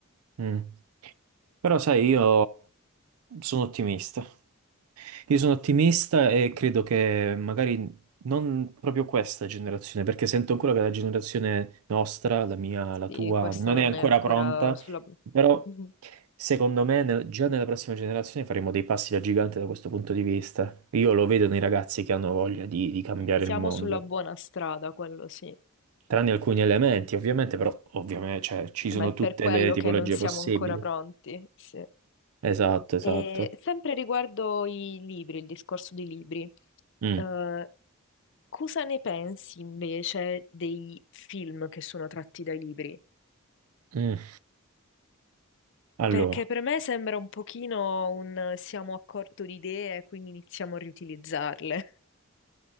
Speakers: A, on the right; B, on the left.
A: Mm. Però sai, io sono ottimista. Io sono ottimista e credo che magari non proprio questa generazione, perché sento ancora che la generazione nostra, la mia, la
B: Sì,
A: tua,
B: questa
A: non
B: non
A: è ancora
B: è ancora
A: pronta,
B: sulla...
A: però
B: <laughs>
A: secondo me nel- già nella prossima generazione faremo dei passi da gigante da questo punto di vista. Io lo vedo nei ragazzi che hanno voglia di, di cambiare
B: Sì, siamo
A: il mondo,
B: sulla buona strada, quello sì.
A: tranne alcuni elementi, ovviamente, però ovviamente cioè, ci sono
B: Ma è
A: tutte
B: per quello
A: le tipologie
B: che non siamo
A: possibili.
B: ancora pronti, sì.
A: Esatto, esatto.
B: E sempre riguardo i libri, il discorso dei libri,
A: Mm,
B: eh, cosa ne pensi invece dei film che sono tratti dai libri?
A: mm. Allora.
B: Perché per me sembra un pochino un eh, siamo a corto di idee, quindi iniziamo a riutilizzarle.